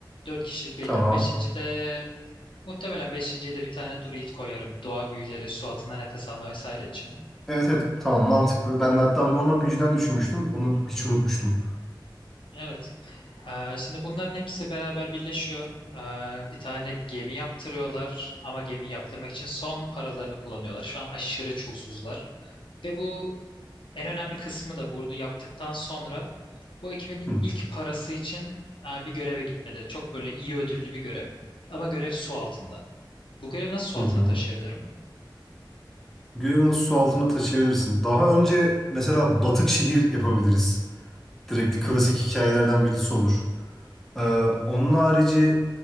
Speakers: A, on the left; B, in the centre.
A: Dört kişilik bir
B: Tamam.
A: ekip. Beşinci de muhtemelen beşinciye de bir tane druid koyarım. Doğa büyüleri, su altında nefes alma vesaire için.
B: Evet evet tamam mantıklı. Ben de hatta normal büyücüden düşünmüştüm. Onu hiç unutmuştum.
A: Evet. Ee, şimdi bunların hepsi beraber birleşiyor. Ee, bir tane gemi yaptırıyorlar ama gemi yaptırmak için son paralarını kullanıyorlar. Şu an aşırı çulsuzlar. Ve bu en önemli kısmı da burada yaptıktan sonra bu ekibin
B: Hı
A: ilk parası için e, bir göreve gitmeleri. Çok böyle iyi ödüllü bir görev. Ama görev su altında. Bu görevi nasıl su
B: hı.
A: altına
B: hı.
A: taşıyabilirim?
B: Görevi nasıl su altında taşıyabilirsin? Daha önce mesela batık şehir yapabiliriz. Direkt
A: Hı hı.
B: klasik hikayelerden birisi olur. Ee, onun harici